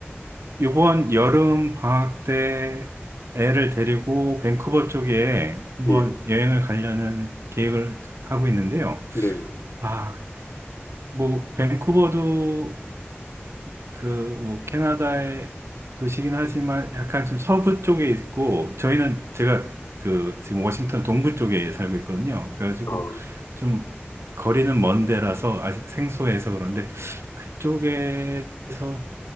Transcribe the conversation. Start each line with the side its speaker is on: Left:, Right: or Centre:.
Right: 이번 여름 방학 때 애를 데리고 밴쿠버 쪽에 한번
Left: 예,
Right: 여행을 가려는 계획을 하고 있는데요.
Left: 네.
Right: 아, 뭐, 밴쿠버도 그, 뭐, 캐나다의 도시긴 하지만 약간 좀 서부 쪽에 있고, 저희는 제가 그, 지금 워싱턴 동부 쪽에 살고 있거든요. 그래가지고
Left: 어,
Right: 좀 거리는 먼 데라서 아직 생소해서 그런데 그쪽에서